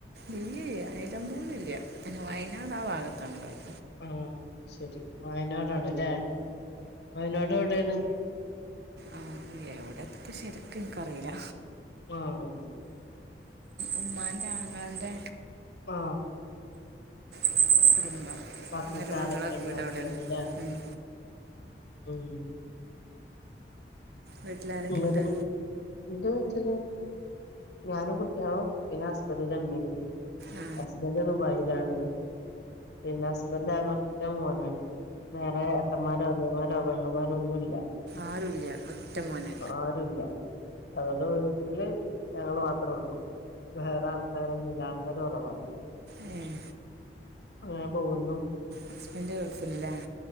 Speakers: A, on the right (about 65°); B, on the left (about 70°).
A: ഇല്ല്യേ <unintelligible> ല്ല പിന്നെ വയനാടാ ഭാഗത്താണ്ള്ളത്
B: ആഹ് ശരി വയനാടാണ് ലേ വയനാടെവിടെയാണ്
A: ആ എവ്ടെത്തും ശരിക്കും എനിക്കറിയില്ല
B: ആഹ്
A: ഉമ്മാൻ്റെ ആങ്ങളൻ്റെ
B: ആഹ്
A: <inaudible>
B: ബാക്കിക്കാരൊക്കെഞടെണ്ടെങ്കിലെ
A: മരുമകളെ വീട് അവിടെയാണ് ഉം.
B: ഉം
A: വീട്ടിലാരൊക്കെ
B: ങ്ങള്ത്
A: ഉണ്ട്
B: ന്ത്‌ ചെയ്യ ഞാനും കുട്ട്യാളു പിന്നസ്ബന്റിന്റെ മ്മി പ്പിമ്
A: ആ
B: ഹസ്ബന്റ് ദുബായിലാണ്. പിന്നെ ഹസ്ബൻഡ് ആകൊറ്റ മോനാണ്. വേറെ ഏട്ടമ്മാരോ അനിയമ്മാരോ പെങ്ങമ്മാരോന്നുല്ല.
A: ആരുല്ല ഒറ്റ മോന്
B: ആരുല്ല അതോണ്ട് വീട്ടില് ഞങ്ങള് മാത്രൊള്ളു വേറെ ആൾക്കാരൊന്നും ഇല്ല ആൾക്കാരൊറവാണ്
A: ഉം
B: അങ്ങനെ പോകുന്നു
A: ഹസ്ബൻഡ് ഗെൾഫില്ല